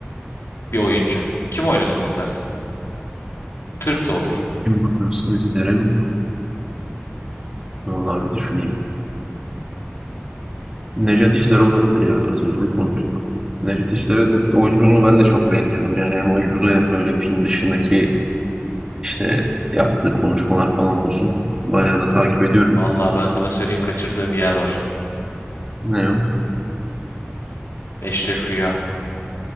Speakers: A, on the left; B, on the right.
A: bir oyuncu kim oynasın istersin? Türk de olur.
B: Kim Burası'nı isterim. Vallahi bir düşüneyim. Nejat İşler olabilir ya. Az önce de konuştuk. Nejat İşler'in oyunculuğunu ben de çok beğeniyorum. Yani hem oyunculuğu hem böyle film dışındaki İşte yaptığı konuşmalar falan olsun. Bayağı da takip ediyorum.
A: Vallahi ben sana söyleyeyim kaçırdığım bir yer var.
B: Ne o?
A: Eşref Rüya.